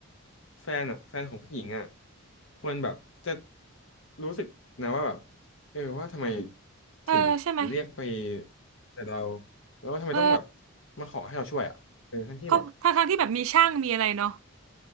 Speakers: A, on the left; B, on the right.
A: แฟนอ่ะแฟนของผู้หญิงอ่ะควรแบบจะรู้สึกนะว่าแบบเออว่าทำไม
B: เออใช่ไหม
A: ถึงเรียกไปแต่เราแล้วทำไมต้องแบบ
B: เออ
A: มาขอให้เราช่วยอ่ะเออทั้งที่แบบ
B: เพราะทางทางๆที่แบบมีช่างมีอะไรเนาะ